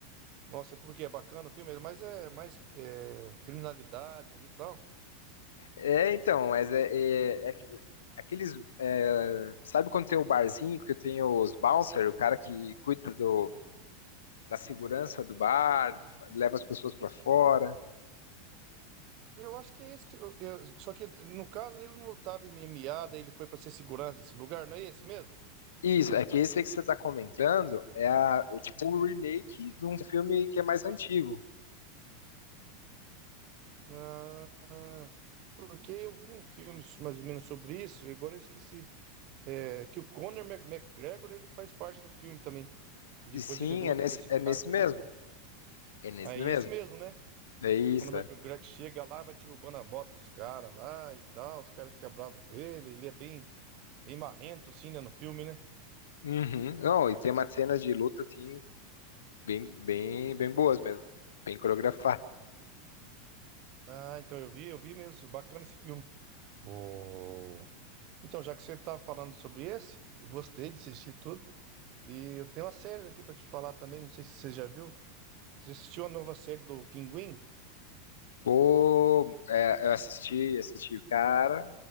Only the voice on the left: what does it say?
É, então, mas é, é, é que- aqueles. é, sabe quando tem o barzinho que tem os bouncer, o cara que cuida do, da segurança do bar, fa- leva as pessoas pra fora?
Isso, é que esse aí que você tá comentando é a, o tipo o remake de um filme que é mais antigo.
E sim,
é nesse,
é
nesse
mesmo. É nesse
mesmo.
É isso,
é.
Uhum. Não, e tem umas cenas de luta assim, bem, bem, bem boas mesmo. Bem coreografadas.
Pô, é, eu assisti, assisti o cara.